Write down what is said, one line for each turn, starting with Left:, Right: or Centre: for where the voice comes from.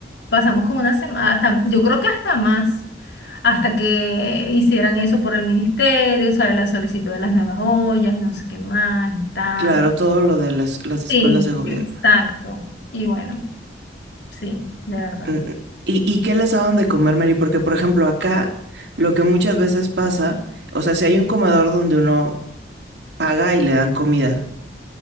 Left: Pasamos como una semana, hasta, yo creo que hasta más, hasta que hicieran eso por el ministerio, ¿sabes? La solicitud de las nuevas ollas, no sé qué más y tal.
Right: Claro, todo lo de las, las escuelas
Left: Sí,
Right: de gobierno.
Left: exacto. Y bueno, sí, de verdad.
Right: Mm, mm. ¿Y, y qué les daban de comer, Mary? Porque, por ejemplo, acá lo que muchas veces pasa, o sea, si hay un comedor donde uno paga y le dan comida,